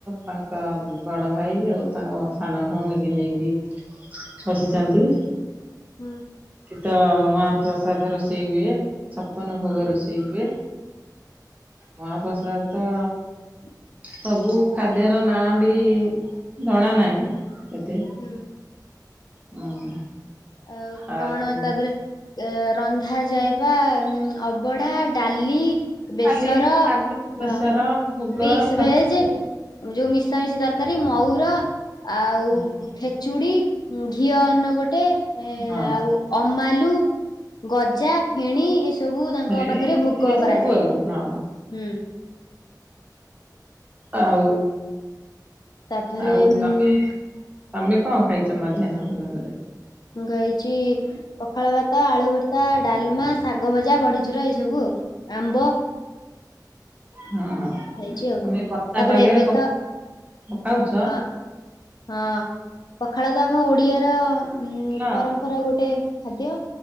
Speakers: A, on the right; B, on the left.
A: ତାଙ୍କ ବଡ ଭାଇ ଆଉ ତାଙ୍କ ସାନ ଭଉଣୀ କି ନେଇକି ଖସିଛନ୍ତି।
B: ହୁଁ।
A: ତ ମହାପ୍ରସାଦ ରୋଷେଇ ହୁଏ। ଛପନ ଭୋଗ
B: ହୁଁ
A: ରୋଷେଇ ହୁଏ। ମହାପ୍ରସାଦ ତ
B: ହ
A: ସବୁ ଖାଦ୍ୟର ନାଁ ବି ଜଣା ନାହିଁ। ଏତେ
B: ହୁଁ।
A: ହୁଁ।
B: ଆ
A: ଆଉ
B: କଣ ତାଦେହରେ ଏ ରନ୍ଧା ଯାଏବା ଉ ଅବଡା ଡାଲି, ବେସର
A: ଖାଲି ଶାଗ ବେସର
B: ହଁ
A: ମୁଗ
B: ମିକ୍ସ
A: ତରକାରୀ
B: ଭେଜ ଯୋଉ ମିଶାମଶି ତରକାରୀ ମଉ ଆଉ
A: ହଁ
B: ଖେଚୁଡି ଘିଅ ଅନ୍ନ ଗୋଟେ। ଗଟେ
A: ହଁ
B: ଆଉ ଅମାଲୁ। ଗଜା ଫେଣୀ ଏସବୁ ତାଙ୍କ
A: ଫେଣି
B: ପାଖରେ ଭୋଗ
A: ଏଇ ସବୁ
B: କରାଯାଏ।
A: ଆଉ ହଁ
B: ହୁଁ।
A: ଆଉ
B: ତାପରେ
A: ଆଉ
B: ଉଁ
A: ତମେ ତମେ କଣ ଖାଇଛ ମଧ୍ୟାହ୍ନ ଭୋଜନ ରେ?
B: ମୁଁ ଖାଇଛି ପଖାଳ ଭାତ, ଆଳୁ ଭର୍ତ୍ତା, ଡାଲମା, ଶାଗ ଭଜା, ବଢିଚୁରା, ଏଇ ସବୁ ଆଉ। ଆମ୍ବ।
A: ହଁ
B: ହେଇଛି ଆଉ
A: ତମେ ବର୍ଷା
B: ତାପରେ
A: ପାଗରେ
B: ଏବେ
A: ପ
B: ତ
A: ଖାଉଛ?
B: ଆଁ। ହଁ। ପଖାଳ ତ ଆମ ଓଡିଆର ଉଁ-
A: ଭଲ
B: ପରମ୍ପରା ଗୋଟେ ଖାଦ୍ୟ।